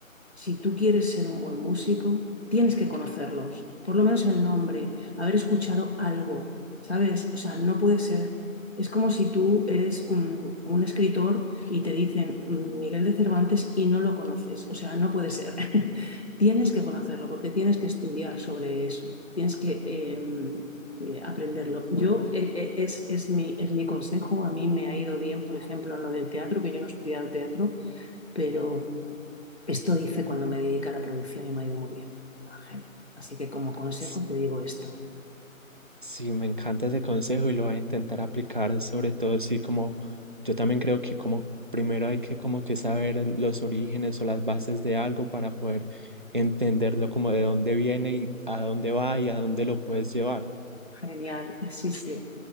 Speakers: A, on the left (about 50°); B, on the right (about 35°).
A: si tú quieres ser un buen músico, tienes que conocerlos, por lo menos el nombre, haber escuchado algo, ¿sabes? O sea, no puede ser. Es como si tú eres un, un escritor y te dicen mm, Miguel de Cervantes y no lo conoces. O sea, no puede ser. <laughs> Tienes que conocerlo porque tienes que estudiar sobre eso. Tienes que eh, eh, aprenderlo. Yo, eh, eh, es, es mi, es mi consejo, a mí me ha ido bien, por ejemplo, en lo del teatro, que yo no he estudiado teatro, pero esto hice cuando me dediqué a la producción y me ha ido muy bien, Ángel. Así que como consejo
B: S-
A: te digo esto.
B: Sí, me encanta ese consejo y lo voy a intentar aplicar, sobre todo si como yo también creo que como primero hay que como que saber el- los orígenes o las bases de algo para poder entenderlo como de dónde viene y a dónde va y a dónde lo puedes llevar.
A: Genial, sí, sí.